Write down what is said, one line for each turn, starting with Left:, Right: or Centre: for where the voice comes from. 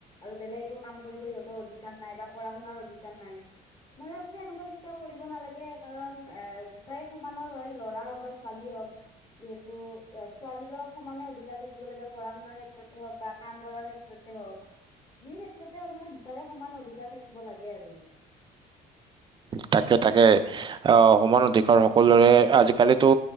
Left: আৰু বেলেগ একো কাম কৰিব সিহঁতৰ অধিকাৰ নাই বা পঢা শুনাৰ অধিকাৰ নাই। মৰা মৰি এনেকুৱা কেতিয়াও কৰিব নালাগে কাৰণ এ দুটাই সমানৰ হয় ল'ৰা হওক বা ছোৱালী হওক। যিহেতু এ ছোৱালীৰো সমানে অধিকাৰ থাকিব লাগে পঢ়া শুনাৰ ক্ষেত্ৰতে হওক বা কাম কৰাৰ ক্ষেত্ৰ তে হওক। যি ক্ষেত্ৰতে মানে দুটাৰে সমান অধিকাৰ থাকিব লাগে আৰু।
Right: তাকে তাকে আহ সমান অধিকাৰ সকলোৰে আজিকালি তো